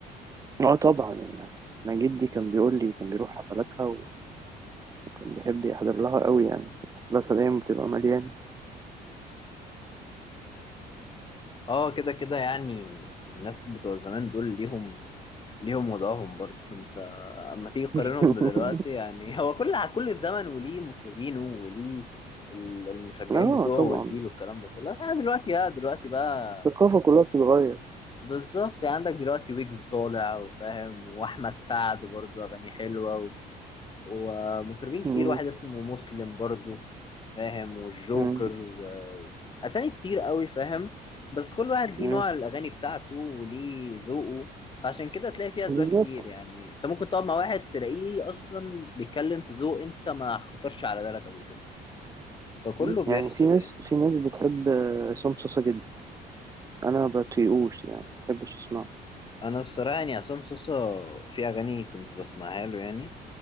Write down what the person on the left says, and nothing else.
اه كده كده يعني الناس بتوع زمان دول ليهم ليهم وضعهم برضو انت اما تيجي تقارنهم
بدلوقتي يعني <laughs> هو كل كل زمن وليه مطربينه وليه ال- المشجعين
بتوعه
والجيل والكلام ده كله آه دلوقتي لا دلوقتي بقى
بالظبط يعني عندك دلوقتي ويجز طالع وفاهم واحمد سعد برضو اغانيه حلوه ومطربين كتير
واحد اسمه مسلم برضو فاهم والجوكر
و... أسامي كتير قوي فاهم بس كل واحد ليه
نوع الأغاني بتاعته وليه ذوقه فعشان كده تلاقي فيه
أسباب كتير يعني أنت ممكن تقعد مع واحد تلاقيه أصلا بيتكلم في ذوق أنت ما خطرش على بالك قبل كده فكله
بيحصل
يعني
أنا الصراحة يعني عصام صوصة في أغاني كنت بسمعها له يعني